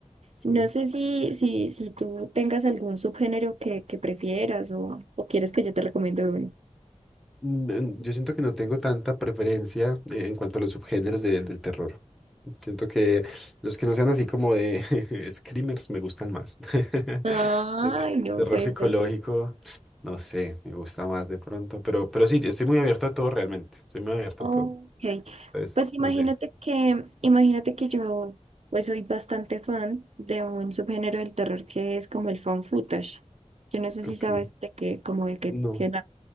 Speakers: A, in the centre; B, on the right.
A: Sí.
B: No sé si, si, si tú tengas algún subgénero que, que prefieras o, o quieres que yo te recomiende uno.
A: Mm, Yo siento que no tengo tanta preferencia eh, en cuanto a los subgéneros de- del terror. Siento que los que no sean así como de <laughs> screamers me gustan más. <laughs>
B: Ay,
A: Que sea
B: no
A: Terror
B: puede
A: psicológico,
B: ser.
A: no sé, me gusta más de pronto, pero, pero sí, estoy muy abierto a todo realmente. Estoy muy abierto
B: Ok,
A: a todo. Entonces,
B: pues imagínate
A: no sé.
B: que, imagínate que yo pues soy bastante fan de un subgénero del terror que es como el found footage. Yo no sé
A: Ok.
B: si sabes de qué, como de qué,
A: No,
B: qué